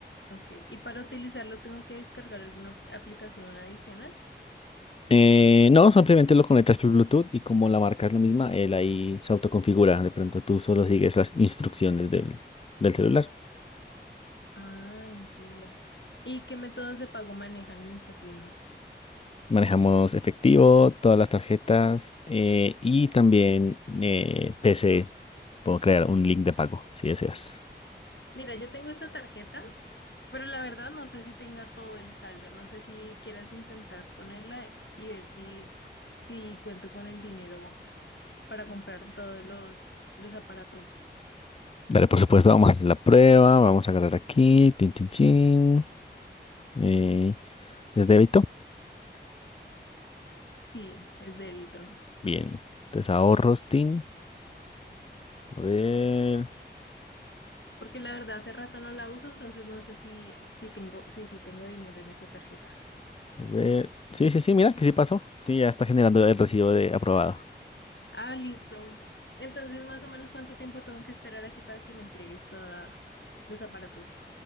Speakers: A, on the left; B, on the left.
A: Ok, y para utilizarlo tengo que descargar alguna apl- aplicación adicional.
B: Eh, no, simplemente lo conectas por Bluetooth y como la marca es la misma, él ahí se autoconfigura. De pronto tú solo sigues las instrucciones del, del celular.
A: Ah, entiendo. ¿Y qué métodos de pago manejan en esta tienda?
B: Manejamos efectivo, todas las tarjetas eh, y también eh, PC. Puedo crear un link de pago si deseas.
A: Mira, yo tengo esta tarjeta, pero la verdad no sé si tenga todo el saldo. No sé si quieras intentar ponerla y ver si, s- si cuento con el dinero para comprar todos los, los aparatos.
B: Dale, por supuesto, vamos a hacer la prueba. Vamos a agarrar aquí. Tin, tin, chin. Eh, ¿es débito?
A: Sí, es débito.
B: Bien. Entonces ahorros, Tin. A ver,
A: Porque la verdad hace rato no la uso, entonces no sé si, si tengo, si, si tengo dinero en esa tarjeta.
B: a ver. Sí, sí, sí, mira que sí pasó. Sí, ya está generando el recibo de aprobado.
A: Ah, listo. Entonces, más o menos, ¿cuánto tiempo tengo que esperar aquí para que me entregues todos los aparatos?